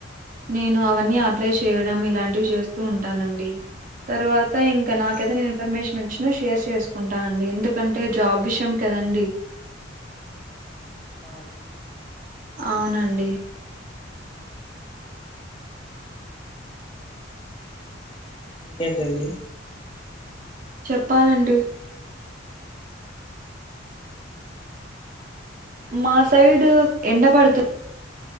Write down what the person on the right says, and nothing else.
నేను అవన్నీ అప్లై చేయడం ఇలాంటివి చేస్తూ ఉంటానండి తర్వాత
ఇంకా నాకైతే నేను ఇన్ఫర్మేషన్ వచ్చినా షేర్ చేసుకుంటాను అండి ఎందుకంటే జాబ్ విష యం కాదండి
అవునండి
చెప్పాలండి మా సైడ్ ఎండ పడుతు